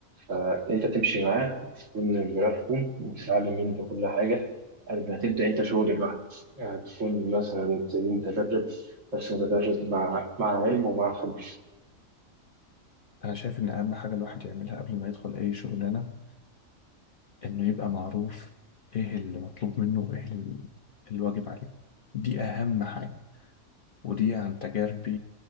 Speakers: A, on the right; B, on the left.
A: فأنت تمشي معاه وتكون مرافقه وتتعلم منه كل حاجة قبل ما تبدأ أنت شغل لوحدك يعني تكون مثلا زي متدرب بس متدرب مع مع علم ومع خبرة
B: انا شايف ان اهم حاجة الواحد يعملها قبل ما يدخل اي شغلانة انه يبقى معروف ايه اللي مطلوب منه وايه ال- الواجب عليه دي اهم حاجة ودي عن تجاربي